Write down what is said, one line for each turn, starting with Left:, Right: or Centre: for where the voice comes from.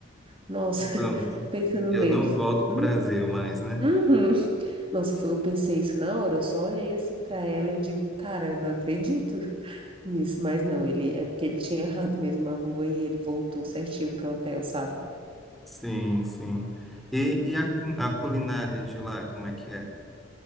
Right: Nossa, <laughs>
Centre: pronto.
Right: pensa no
Centre: Eu
Right: medo.
Centre: não volto para
Right: Hum,
Centre: o Brasil mais, né?
Right: uhum. Nossa, foi, eu pensei isso na hora, eu só olhei assim para ela e digo, cara, não acredito <laughs> nisso, mas não, ele é porque ele tinha errado mesmo a rua e ele voltou certinho pro hotel, sabe?
Centre: Sim, sim. E, e a, a culinária de lá, como é que é?